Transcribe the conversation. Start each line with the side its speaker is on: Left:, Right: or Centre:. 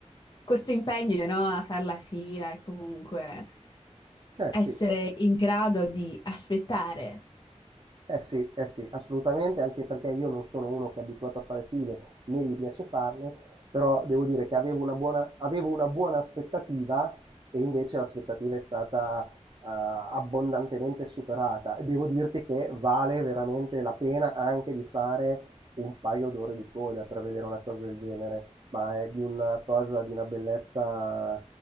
Left: questo impegno, no? A fare la fila e comunque
Right: Eh
Left: essere
Right: sì,
Left: in grado di aspettare.
Right: Eh sì, eh sì, assolutamente, anche perché io non sono uno che è abituato a fare file, né gli piace farle, però devo dire che avevo una buona, avevo una buona aspettativa e invece l'aspettativa è stata eh, abbondantemente superata e devo dirti che vale veramente la pena anche di fare un paio d'ore di coda per vedere una cosa del genere, ma è di una cosa di una bellezza